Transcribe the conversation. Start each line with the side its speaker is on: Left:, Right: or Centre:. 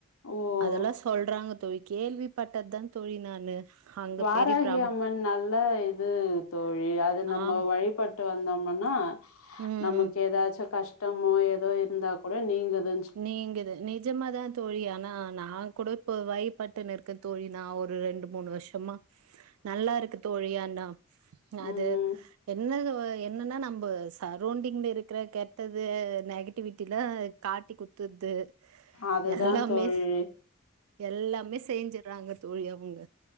Left: ஓ
Right: அதெல்லா சொல்றாங்க தோழி கேள்வி பட்டது தா தோழி நானு அங்க
Left: வாராகி
Right: பெரிய பிரம்
Left: அம்மன் நல்ல இது தோழி அது நம்ம
Right: ஆம்
Left: வழிபட்டு வந்தோமனா
Right: ம்
Left: நமக்கு
Right: ம்
Left: ஏதாச்சு கஷ்டமோ எதோ இருந்தா கூட நீங்குது
Right: நீங்குது நீங் நிஜமாக தா தோழி ஆனா நா கூட இப்போ வைபட்டுனு இருக்கே தோழி நா ஒரு ரெண்டு மூணு வருஷமா நல்லா இருக்கு தோழி அன்னா அது
Left: ம்
Right: என்னது என்னனா நம்ப சரோன்டிங்ள இருக்ர கேட் ட்டுது நெகட்டிவிட்டில காட்டிகுட்த்துது
Left: அதுதா
Right: எல்லாமே
Left: தோழி
Right: எல்லாமே செய்ஞ்சறாங்க தோழி அவங்க